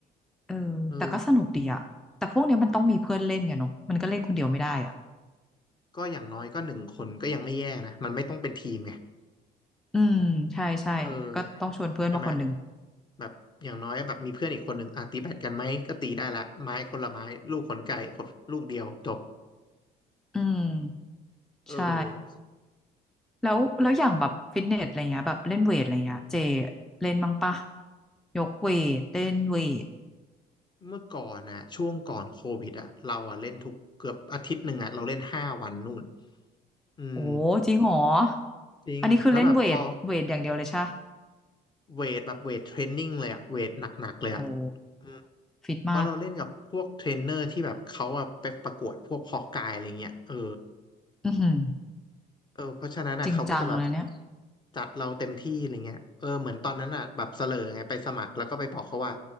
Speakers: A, in the centre; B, on the left.
A: เออแต่ก็สนุกดีอ่ะแต่พวกเนี้ยมันต้องมีเพื่อนเล่นอย่เนาะมันก็เล่นคนเดียวไม่ได้อ่ะ
B: เออก็อย่างน้อยก็หนึ่งคนก็ยังไม่แย่นะมันไม่ต้องเป็นทีมไง
A: อืมใช่ใช่ก็ต้องชวนเพื่อนมาคนหนึ่ง
B: เออใช่ไหมแบบอย่างน้อยแบบมีเพื่อนอีกคนหนึ่งอ่ะตีแบดกันไหมก็ตีได้ละไม้คนละไม้ลูกขนไก่คนลูกเดียวจบ
A: อืม
B: เออ
A: ใช่ แล้วแล้วอย่างแบบฟิตเนสอะไรเงี้ยแบบเล่นเวทอะไรเงี้ยเจเล่นมั้งปะยกเวทเล่นเวท
B: เมื่อก่อนนะช่วงก่อนโควิดอะเราอะเล่นทุกเกือบอาทิตย์หนึ่งอะเราเล่นห้าวันนู่นอืม
A: โอ้จริงเหรอ
B: จริงแล้วแบบพอ
A: อันนี้คือเล่นเวทเวทอย่างเดียวเลยใช่ปะ
B: เวทแบบเวทเทรนนิ่งเลยอะเวทหนักๆเลยอะ
A: โอ้
B: อืม
A: ฟิตมาก
B: เพราะเราเล่นกับพวกเทรนเนอร์ที่แบบเขาอะไปประกวดพวกฮอกกายอะไรเงี้ยเออ
A: อือหือ
B: เออเพราะฉะนั้นอะเขาก็จะแบบ
A: จริงจังเลยเนี่ย
B: จัดเราเต็มที่อะไรเงี้ยเออเหมือนตอนนั้นอะแบบเสลอไงไปสมัครแล้วก็ไปบอกเขาว่า